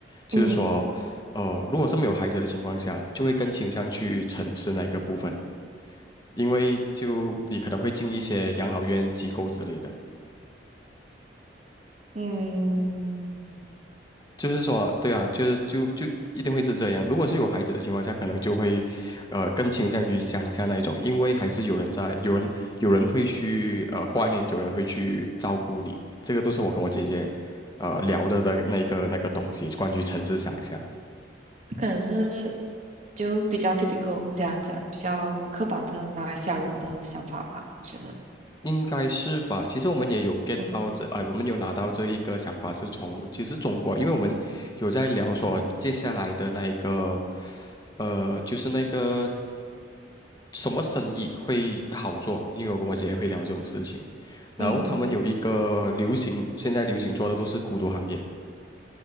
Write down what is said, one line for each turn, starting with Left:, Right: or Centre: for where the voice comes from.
Left: 就是说，
Right: 嗯
Left: 呃，如果是没有孩子的情况下，就会更倾向去城市那一个部分，因为就你可能会进一些养老院机构之类的。
Right: 嗯，
Left: 就是说，对啊，就是就就一定会是这样。如果是有孩子的情况下，可能就会，呃，更倾向于乡下那一种，因为还是有人在，有人有人会去呃挂念，有人会去照顾你，这个都是我跟我姐姐，呃聊的的那个那个东西，关于城市乡下。
Right: 可能是就比较 typical 这样讲，比较刻板的马来西亚人的想法吧，我觉得。
Left: 应该是吧？其实我们也有 get
Right: 嗯
Left: 到这，哎，我们有拿到这一个想法，是从其实中国，因为我们有在聊说接下来的那一个，呃，就是那个什么生意会好做，因为我跟我姐姐会聊这种事情，然后他们有一个流行，
Right: 嗯，
Left: 现在流行做的都是孤独行业，